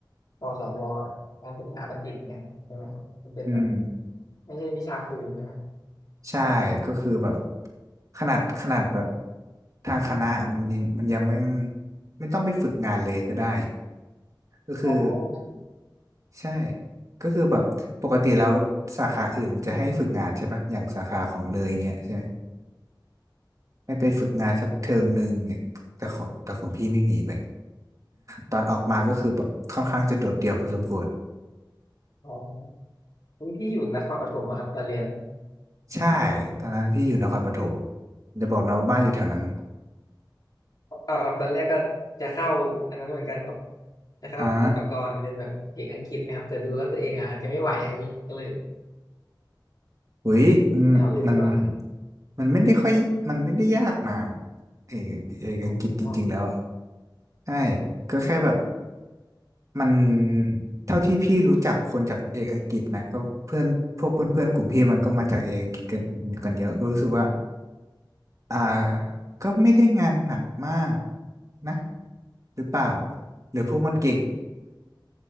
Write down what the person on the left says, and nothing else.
ปสวการศึกษาบัณฑิตเนี่ยครับใช่ไหมครับมันเป็นแบบ
ไม่ใช่วิชาครูใช่ไหมครับ
อม
อ๋อคือ
อ๋ออุ๊ยพี่อยู่นครปฐมอะครับตอนเรียน
เออครับตอนแรกก็จะเข้าอันนั้นเหมือนกันครับจะเข้าศิลปากรเป็นแบบเอกอังกฤษนะครับแต่ดูแล้วตัวเองอ่ะอาจจะไม่ไหวอะพี่ก็เลย
แนวอื่นดีกว่า
อ๋อ